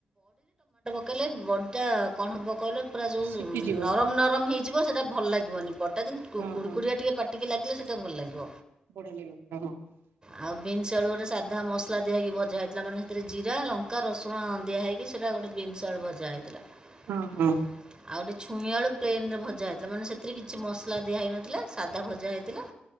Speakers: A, on the right (about 20°); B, on the right (about 80°).
A: କଲେ ବ ଏଟା କଣ ହବ କହିଲ? ପୁରା ଯେଉଁ
B: ସିପିଯିବ
A: ନରମ ନରମ ହେଇଯିବ ସେଇଟା ଭଲ ଲାଗିବନି ବଟା ଯେତି
B: ହଁ
A: କୁକୁଡ଼ିଆ
B: ହଁ
A: ଟିକେ ପାଟିକି ଲାଗିଲେ ସୋ କେତେ ଭଲ ଲାଗିବ।
B: ବଢିଆ ଲାଗିବ ସେଟା। ହଁ
A: ଆଉ ବିନ୍ସ ଆଳୁ ଗୋଟେ ସାଧା ମସ୍ ମସଲା ଦିଆ ହୋଇକି ଭଜା ହେଇଥିଲା ମାନେ ସେଥିରେ ଜିରା ଲଙ୍କା ରସୁଣ ଦିଆହ ହୋଇକି ସେଇଟା ଗୋଟେ ବିନ୍ ଆଡ଼୍ ଭଜା ହେଇଥିଲା।
B: ହଁ
A: ହୁଁ।
B: ହଁ।
A: ଆଉ ଗୋଟେଛୁଇଁଆଲୁ ପ୍ନନ ରେ ଭଜା ହୋଇଥିଲା ମାନ ସେଥି କି କିଛି ମସଲା ଦିଆହଇନଥିଲା ସାଧା ଭଜା ଯା ହେଇଥିଲା।